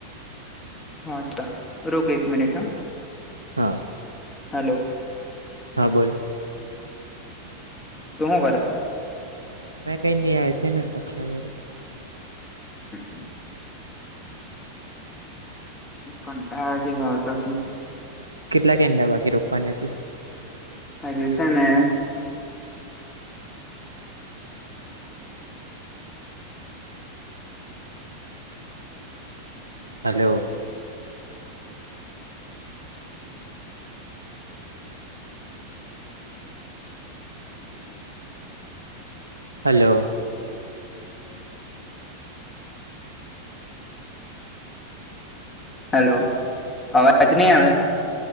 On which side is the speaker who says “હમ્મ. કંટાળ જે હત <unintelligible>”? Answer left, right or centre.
Left